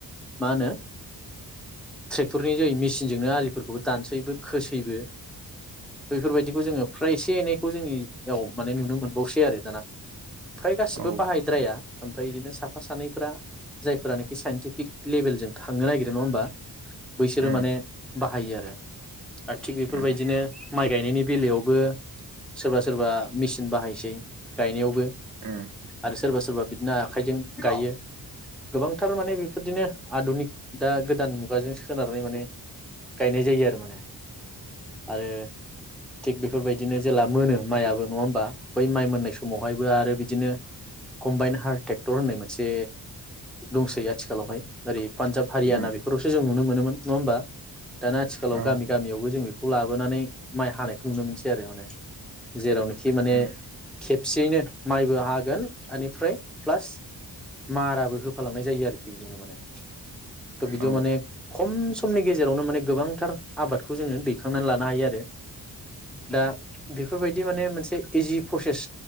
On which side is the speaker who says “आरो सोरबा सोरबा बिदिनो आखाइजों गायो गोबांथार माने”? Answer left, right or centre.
Centre